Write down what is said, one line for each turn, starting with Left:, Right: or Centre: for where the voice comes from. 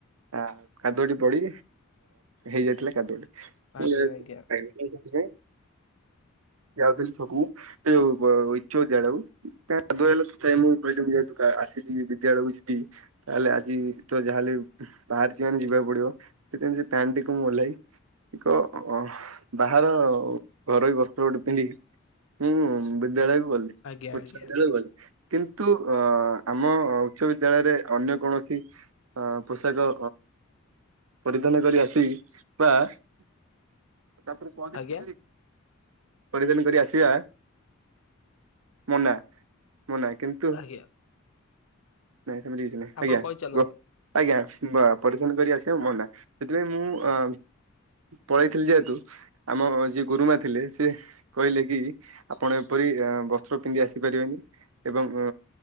Right: ଆ କାଦୁଅଟି ପଡି ହେଇଯାଇଥିଲା କାଦୁଅଟି।
Left: ଆଜ୍ଞା
Right: ଏ
Left: ଆଜ୍ଞା।
Right: ତମେ ନାହିଁ ସଥିପାଇ। ଯାଉଥିଲି ଛକକୁ ଯୋଉ ଇଛ ବିଦ୍ୟାଳୟକୁ। <unintelligible> ଆସିବି ବିଦ୍ୟାଳୟକୁ ଯିବି ତାହେଲେ ଆଜି ତ ଯାହାେଲେ ବାହାରିଛି ମାନେ ଯିବାକୁ ପଡିବ ସେଥିପାଇଁ ସେ ପ୍ୟାଣ୍ କୁ ମୁଁ ଓହ୍ଲାଇ ଏକ ଅ। ବାହାର ଘରୋଇ ବସ୍ତ୍ର ଗୋଟେ ପିନ୍ଧିକି ମୁଁ ବିଦ୍ୟାଳୟକୁ ଗଲି।
Left: ଆଜ୍ଞା
Right: <unintelligible>
Left: ଆଜ୍ଞା
Right: କିନ୍ତୁ ଅ ଆମ ଉଚ୍ଚ ବିଦ୍ୟାଳୟରେ ଅନ୍ୟ କୌଣସି ଅ ପୋଷାକ ପରିଧାନ କରି ଆସି ବା ତାପରେ କହନ୍ତି
Left: ଆଜ୍ଞା
Right: ଫିଟେଇ କି ପରିଧାନ କରି ଆସିବା ମନା ମନା କିନ୍ତୁ
Left: ଆଜ୍ଞା।
Right: ନାଇଁ ସେମିତି କିଛି ନାଇ
Left: ଆପଣ
Right: ଆଜ୍ଞା।
Left: କହିଚାଲନ୍ତୁ।
Right: ଆଜ୍ଞା ପରିଚ୍ଛନ୍ନ କରି ଆସିବା ମନା ସେଥିପାଇଁ ମୁଁ ଅ ପଳେଇଥିଲି ଯେହେତୁ ଆମ ଯିଏ ଗୁରୁମା ଥିଲେ ସେ କହିଲେ କି ଆପଣ ଏପରି ବସ୍ତ୍ର ପିନ୍ଧି ଆସିପାରିବେନି ଏବଂ